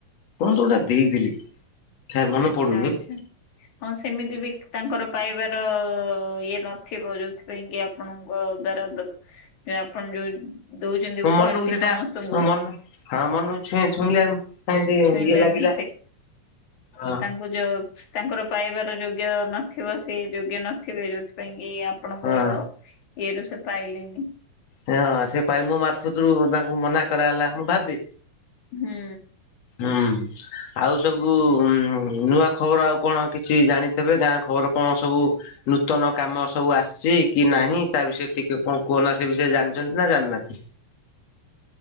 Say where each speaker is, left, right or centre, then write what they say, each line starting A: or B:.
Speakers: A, on the left; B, on the left.
A: କଣ ତ ଗୋଟେ ଦେଇଦେଲି କା ମନେ
B: ଆଚ୍ଛା
A: ପଡୁନି।
B: ଆଚ୍ଛା। ହଁ ସେମିତି ବି ତାଙ୍କର ପାଇବାର ଇଏ ନଥିବ ଯୋଉଥିପାଇଁ କି ଆପଣଙ୍କ ଦ୍ଵାରା ଦ ଯ ଆପଣ ଯୋଉ ଦଉଚନ୍ତି
A: ମୋ
B: ଉପହାରଟି
A: ମନକୁ ସେଇଟା
B: ସମସ୍ତଙ୍କୁ
A: ମନ ହଁ ମନୁକୁ ଛୁ ଛୁଇଁଲାନି ପୁଣି ଟି ଇଏ
B: ଛୁଇଁଲାନି
A: ଲାଗିଲା ହଁ।
B: କୁ ଜ ତାଙ୍କର ପାଇବାର ଯୋଗ୍ୟ ନଥିବ ସେ ଯୋଗ୍ୟ ନଥିବେ ଯୋ ଉଥି ପାଇଁ କି ଆପଣଙ୍କ
A: ହଁ
B: ଏରୁ ସେ ପାଇଲିନି।
A: ହଁଁ ସେ ପାଇ ମୋ ମାରଫତରୁ ତାଙ୍କୁ ମନା କରାହେଲା ମୁଁ ଭାବି
B: ହୁଁ।
A: ହୁଁ। ଆଉ ସବୁ ଉ ନୂଆ ଖବର ଆଉ କଣ କିଛି ଜାଣିଥିବେ ଗାଁ ଖବର କଣ ସବୁ ନୂତନ କାମ ସବୁ ଆସିଛି କି ନାହିଁ ତା ବିଷୟରେ ଟିକେ କଣ କୁହ ନା ସେ ବିଷୟରେ ଜାଣିଛନ୍ତି ନା ଜାଣିନାହାନ୍ତି?